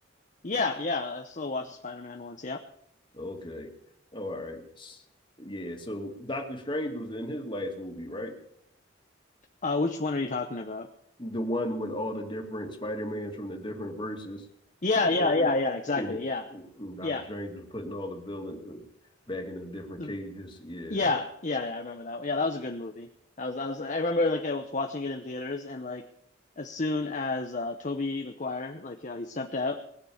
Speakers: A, on the left; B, on the left.
A: Yeah, yeah. I still watched the Spider-Man ones. Yep.
B: Okay, all right, S- yeah. So Doctor Strange was in his last movie, right?
A: Uh, which one are you talking about?
B: The one with all the different Spider Mans from the different verses,
A: Yeah,
B: Uh,
A: yeah, yeah, yeah. Exactly.
B: and
A: Yeah,
B: Doctor
A: yeah,
B: Strange was putting all the villains back in the different
A: the,
B: cages. Yeah,
A: yeah, yeah, yeah. I remember that. Yeah, that was a good movie. That was that was. I remember like I was watching it in theaters, and like as soon as uh, Toby Maguire like uh, he stepped out